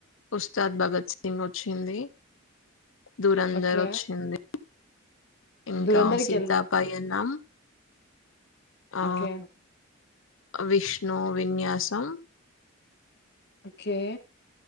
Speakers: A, on the left (about 65°); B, on the left (about 50°).
A: ఉస్తాద్ భగత్ సింగ్ వచ్చింది ధూరంధర్
B: ఓకే.
A: వచ్చింది ఇంకా
B: 'దురంధర్'కెళ్దాం.
A: సీతా పయనం ఆ
B: ఓకే.
A: విష్ణు విన్యాసం
B: ఓకే